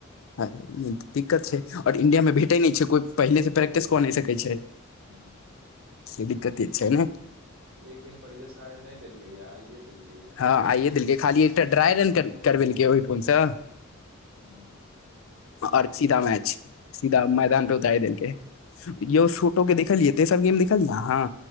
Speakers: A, on the left; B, on the right.
A: अ दिक्कत छै आओर इंडियामे भेटै नइ छै कोइ पहिलेसँ प्रैक्टिस कऽ नइ सकै छै
B: हुँ
A: से दिक्कते छै नऽ
B: एक दिन पहिले शायद नइ देलकय यै आइयए देलकय यै
A: ह आइए देलक खाली एकटा ड्राय रन कर करबेलकै ओहि फोन सँ
B: हूँ
A: आओर सीधा मैच सीधा मैदान पर उताइर देलकै यौ शोटो के देखलियै तेसर गेम देखलियै आहाँ